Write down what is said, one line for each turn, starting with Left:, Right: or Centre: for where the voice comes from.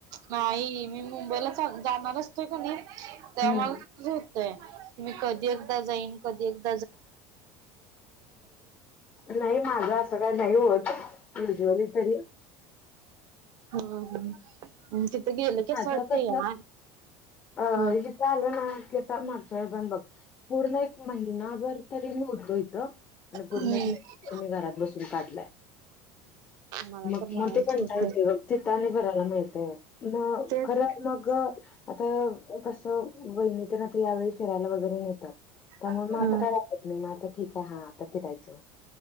Right: नाही मी मुंबईला जाणार असतोय का नाही? त्यामुळे
Left: हम्म
Right: मला क होतंय की मी कधी एकदा जाईन कधीदा.
Left: नाही माझं असं काय नाही होत. तरी
Right: <unintelligible> असं
Left: माझ
Right: वाटतंय
Left: कस
Right: यार
Left: अ
Right: हा
Left: इथं आलं ना पूर्ण एक महिभर तरी... इथ आणि पूर्ण
Right: हम्म
Left: एकी घरात बसून काढलाय.
Right: मला
Left: मग
Right: तर नाहीच
Left: म ते कंटाळा
Right: होत बाई
Left: येतो मग तिथ आणि भरायला मिळते... मग
Right: तेच
Left: खरं मग आता कसं बहिणी तर आता यावेळी फिरायला वगैरे.... त्यामुळे
Right: हा.
Left: मग आता काय वाटत नाही मग आता ठीक आहे हा आता फिरायचं.